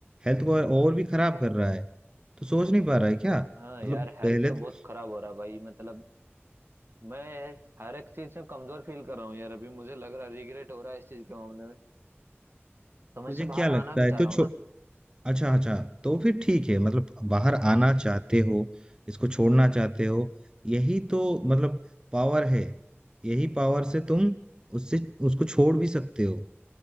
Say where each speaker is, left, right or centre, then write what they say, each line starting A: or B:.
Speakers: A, on the right; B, on the right.
A: हेल्थ को और भी खराब कर रहा है तो सोच नहीं पा रहा है क्या
B: हाँ
A: मतलब
B: यार हेल्थ
A: पहले
B: तो
A: तो-
B: बहुत खराब हो रहा है भाई मतलब मैं हर एक चीज में कमजोर फील कर रहा हूँ यार अभी मुझे लग रहा है रिग्रेट हो रहा है इस चीज के मामले में तो मैं
A: तुझे
B: इससे
A: क्या
B: बाहर
A: लगता
B: आना भी
A: है
B: चाह
A: तो
B: रहा हूँ
A: छो
B: ना
A: अच्छा अच्छा तो फिर ठीक है मतलब बाहर आना चाहते हो इसको छोड़ना चाहते हो यही तो मतलब पावर है यही पावर से तुम उससे उसको छोड़ भी सकते हो